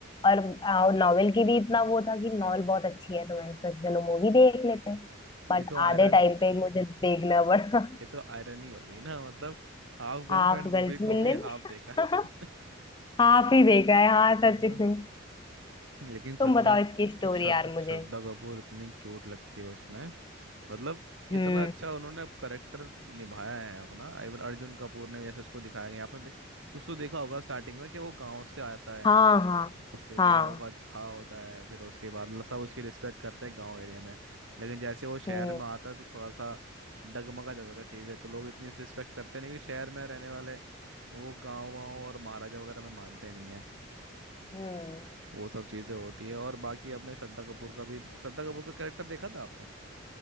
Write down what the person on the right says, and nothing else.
ये तो आयरन
ये तो आयरन ही हो गई ना मतलब हाफ गर्लफ्रेंड
मूवी
को भी
हाफ देखा
<laughs>
मैं तो
लेकिन सच
में
श्रद्धा
श्रद्धा
कपूर इतनी क्यूट लगती है उसमें मतलब
इतना अच्छा उन्होंने करेक्टर निभाया है अपना इवन अर्जुन कपूर ने भी जैसे उसको दिखाया गया आपने दे, कुछ तो देखा होगा स्टार्टिंग में कि वो गांव से आता
जैसे मेरा
होगा झा होता है फिर उसके बाद ल- सब उसकी रिस्पेक्ट करते हैं गांव एरिया में लेकिन जैसे वो शहर
में आता है तो थोड़ा सा डगमगा जाता है चीज़ें तो लोग इतनी रिस्पेक्ट करते नहीं क्योंकि शहर में रहने वाले वो गाँव वाँव और महाराजा वगैरह में मानते नहीं है
वो सब चीज़ें होती है और बाकी आपने श्रद्धा कपूर का भी श्रद्धा कपूर का कैरेक्टर देखा था आपने